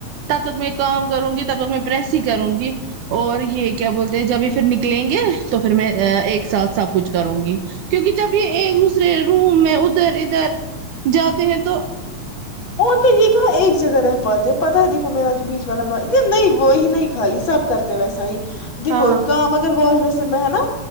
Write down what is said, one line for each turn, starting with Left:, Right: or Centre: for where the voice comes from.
Right: تب تک میں کام کروں گی تب تک میں پریس ہی کروں گی اور یہ کیا بولتے ہیں جب یہ پھر نکلیں گے تو پھر میں ایک ساتھ سب کچھ کروں گی کیونکہ جب یہ ایک دوسرے روم میں ادھر ادھر جاتے ہیں تو
Left: اور کیا یہ کہا ایک جگہ رہ پاتے پتاہ ہے دیکھو میرا جو بیچ والا بھائی یہ نہیں وہی نہیں خالی سب کرتے ویسا ہی دیکو
Right: ہاں
Left: کام اگر بہت میں س ب ہے نا